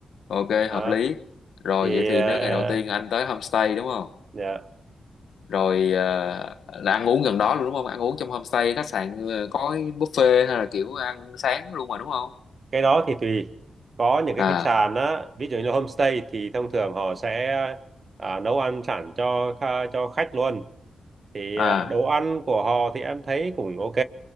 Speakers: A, on the left; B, on the right.
A: ok
B: đó
A: hợp lý rồi
B: thì
A: vậy thì
B: ờ,
A: nếu ngày đầu tiên anh tới homestay đúng không
B: dạ.
A: rồi ờ, là ăn uống gần đó luôn đúng không ăn uống trong homestay khách sạn ờ, có buffet hay là kiểu ăn sáng luôn mà đúng không
B: cái đó thì tùy có những cái
A: à
B: khách sạn á ví dụ như homestay thì thông thường họ sẽ à, nấu ăn sẵn cho kha- cho khách luôn thì
A: à
B: à, đồ ăn của họ thì em thấy cũng ok